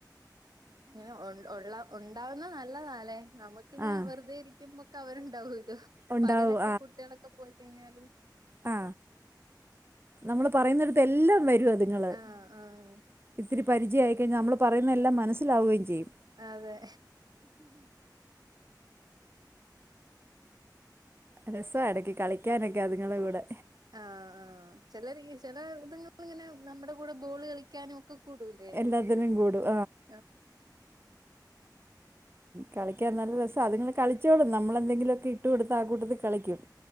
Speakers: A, on the right; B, on the right.
A: ഇങ്ങനെ ഉള്ള ഉണ്ടാവുന്ന നല്ലതല്ലേ നമുക്കിങ്ങനെ
B: ആഹ്
A: വെറുതെ ഇരിക്കുമ്പോ അവരുണ്ടാവൂ ഇല്ലോ
B: ഒണ്ടാവും
A: പകലൊക്കെ കുട്ടികളൊക്കെ പോയിക്കഴിഞ്ഞാലും
B: ആ നമ്മള് പറയുന്നിടത്ത് എല്ലാം വരും അതുങ്ങള്
A: ആഹ് ആഹ്
B: ഇത്തിരി പരിചയം ആയികഴിഞാൽ നമ്മൾപറയുന്നതെല്ലാം മനസ്സിലാവുകയും ചെയ്യും
A: അതെ
B: രസ ഇടക്ക് കളിക്കാനൊക്കെ അതുങ്ങളെ കൂടെ
A: ആ ആ ചില ചില ഇത്ങ്ങള് ഇങ്ങനെ നമ്മുടെ കൂടെ ബോൾ കളിക്കാനും ഒക്കെ കൂടുലേ
B: എല്ലാത്തിനും കൂടും
A: ആ
B: കളിക്കാൻ നല്ല രസ അതുങ്ങള് കളിച്ചോളും നമ്മളെന്തെങ്കിലുമൊക്കെ ഇട്ട് കൊടുത്ത ആ കൂട്ടത്തിൽ കളിക്കും